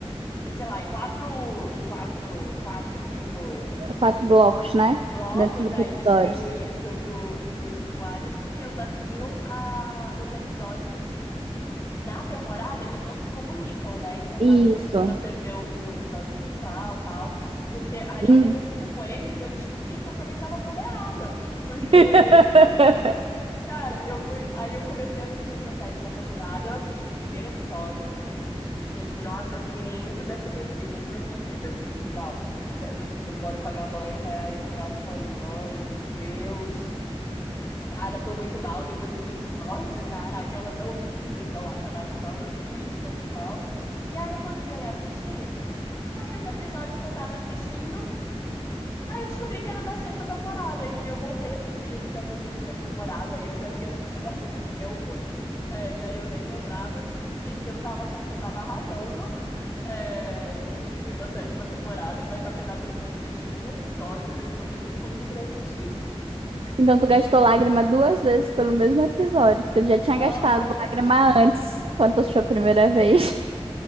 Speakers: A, on the left (about 30°); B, on the right (about 60°).
A: em, sei lá, em quatro, em quatro, quatro, cinco
B: Quatro blocos, né?
A: blocos,
B: Dentro dos
A: aí
B: episódios.
A: distribuir isso pro os usuários, porque o Black Mirror, a, os episódios na temporada, eles não se comunicam, né? Então
B: Isso.
A: tá tudo bem você ver o, o episódio do final tal. Porque aí eu
B: Hum.
A: conversando com eles, eu descobri que eu também estava toda errada. Porque
B: <laughs>
A: Cara, eu fui. Aí eu comecei a assistir essa sétima temporada. Eu assisti o primeiro episódio, assim. Que, nossa, eu fiquei muito deprê, eu fiquei muito deprimida, assim, no final. De- no- Eu moro com a minha mãe, né? Aí no final eu até falei, mãe, meu Deus. Cara, tô muito mal depois desse episódio. Caraca, ela não, filha, deixa eu dar um abraço e tal. Eu sim, eu tô muito mal. E aí eu continuei a assistir. E aí os episódios que eu tava assistindo, aí eu descobri que era da sexta temporada. E que aí eu voltei a assistir episódio da sexta temporada. E eu já tinha assistido há muito tempo. É, e aí eu nem lembrava, eu descobri que eu tava achando que eu tava arrasando, é, assistindo a sétima temporada, mas na verdade eu só assisti um episódio e ainda tenho tudo pra assistir.
B: Então, tu gastou lágrima duas vezes pelo mesmo episódio, porque tu já tinha gastado
A: Aham,
B: lágrima antes, quando tu assistiu a primeira vez.